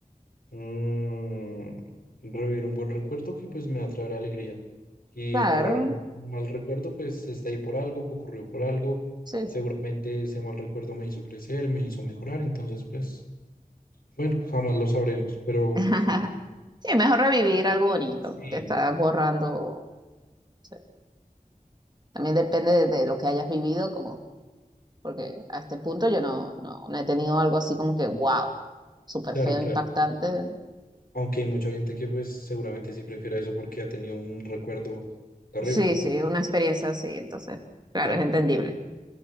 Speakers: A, on the left (about 80°); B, on the right (about 30°).
A: mm, revivir un buen recuerdo que pues me va a traer alegría. Y
B: claro.
A: borrar un mal recuerdo, pues está ahí por algo, pues, ocurrió por algo.
B: Sí,
A: Seguramente
B: sí.
A: ese mal recuerdo me hizo crecer, me hizo mejorar. Entonces, pues, bueno, jamás lo sabremos. Pero
B: <laughs> Sí, mejor revivir algo bonito
A: sí,
B: que está borrando. o sea, También depende de, de lo que hayas vivido, como, porque a este punto yo no, no, no he tenido algo así como que wow. súper
A: claro,
B: feo,
A: claro.
B: impactante.
A: Aunque hay mucha gente que pues seguramente sí prefiera eso porque ha tenido un recuerdo terrible.
B: Sí, sí, una experiencia así, entonces, claro,
A: Claro,
B: es entendible.